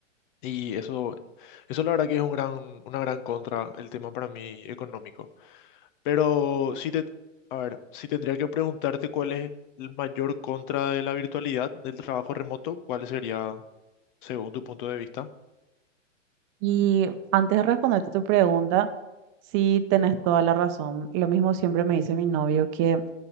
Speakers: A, on the left; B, on the right.
A: Y eso, eso la verdad que es un gran, una gran contra el tema para mí económico. Pero si te, a ver, si tendría que preguntarte cuál es el mayor contra de la virtualidad, del trabajo remoto, ¿cuál sería según tu punto de vista?
B: Y antes de responderte tu pregunta, sí tenés toda la razón. Lo mismo siempre me dice mi novio que